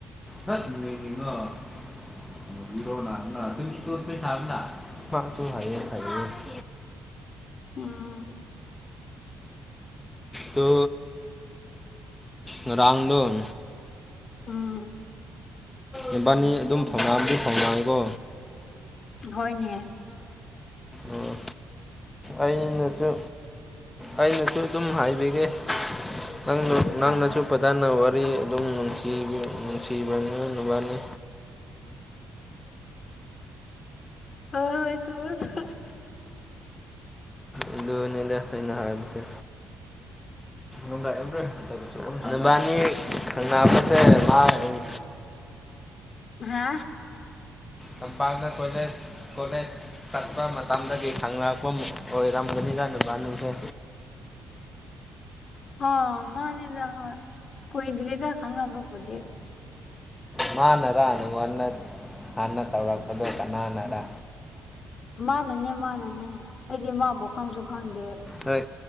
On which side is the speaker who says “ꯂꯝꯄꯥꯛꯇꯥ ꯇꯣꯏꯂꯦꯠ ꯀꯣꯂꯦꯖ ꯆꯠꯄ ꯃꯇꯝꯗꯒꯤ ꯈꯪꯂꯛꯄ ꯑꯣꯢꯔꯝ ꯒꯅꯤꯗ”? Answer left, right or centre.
Left